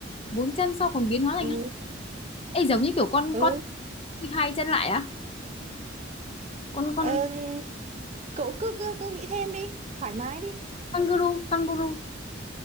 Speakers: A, on the left; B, on the right.
A: bốn chân sau còn biến hóa thành
B: ừ
A: hai- ê giống như kiểu con
B: ừ
A: con hai chân lại á con con
B: Ờ, cậu cứ cứ cứ nghĩ thêm đi thoải mái đi
A: kangaroo kangaroo